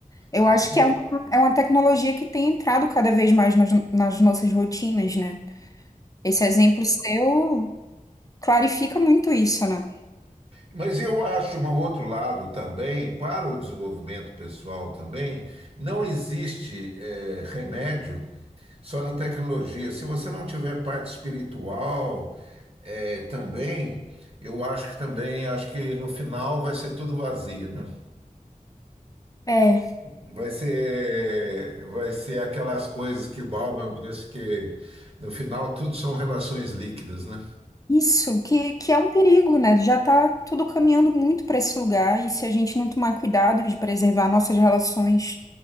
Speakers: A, on the left (about 25°); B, on the right (about 40°).
A: Eu
B: É
A: acho
B: isso.
A: que é uma, é uma tecnologia que tem entrado cada vez mais nas, nas nossas rotinas, né? Esse exemplo seu clarifica muito isso, né?
B: Mas eu acho um outro lado também, para o desenvolvimento pessoal também, não existe eh, remédio só na tecnologia. Se você não tiver parte espiritual, É, também, eu acho que também, acho que no final vai ser tudo vazio, né?
A: É.
B: Vai ser, vai ser aquelas coisas que o Bauman disse que no final tudo são relações líquidas, né?
A: Isso, que, que é um perigo, né? Já tá tudo caminhando muito para esse lugar, e se a gente não tomar cuidado de preservar nossas relações